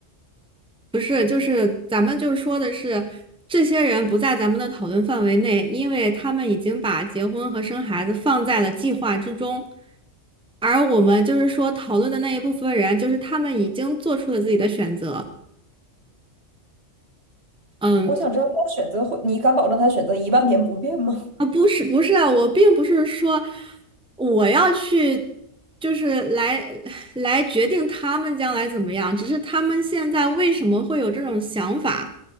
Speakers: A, in the centre; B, on the right.
A: 不是，就是咱们就是说的是，这些人不在咱们的讨论范围内，因为他们已经把结婚和生孩子放在了计划之中，而我们就是说讨论的那一部分人，就是他们已经做出了自己的选择。嗯。
B: 我想知道他选择会，你敢保证他选择一万年不变吗？
A: 啊，不是不是啊，我并不是说我要去，就是来来决定他们将来怎么样，只是他们现在为什么会有这种想法，